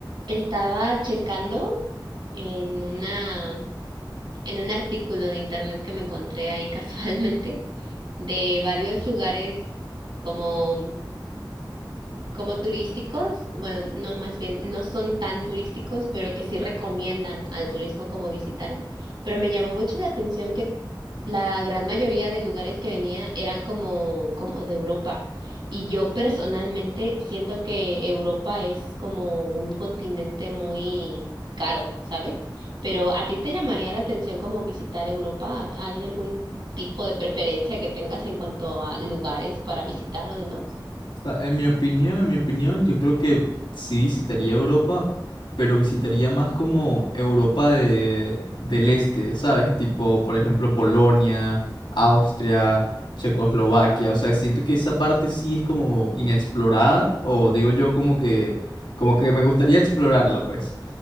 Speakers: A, on the right; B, on the left.
A: Estaba checando en una, en un artículo de internet que me encontré ahí <laughs> casualmente de varios lugares como como turísticos, bueno, no más bien, no son tan turísticos, pero que sí recomiendan al turismo como visitar. Pero me llamó mucho la atención que la gran mayoría de lugares que venía eran como, como de Europa. Y yo personalmente siento que Europa es como un continente muy caro, ¿sabes? Pero ¿a ti te llamaría la atención como visitar Europa? ¿Hay algún tipo de preferencia que tengas en cuanto a lugares para visitar o demás?
B: sea, en mi opinión, en mi opinión, yo creo que sí visitaría Europa, pero visitaría más como Europa de, del Este, ¿sabes? Tipo, por ejemplo, Polonia, Austria, Checoslovaquia. O sea, siento que esa parte sí es como inexplorada, o digo yo como que, como que me gustaría explorarla, pues.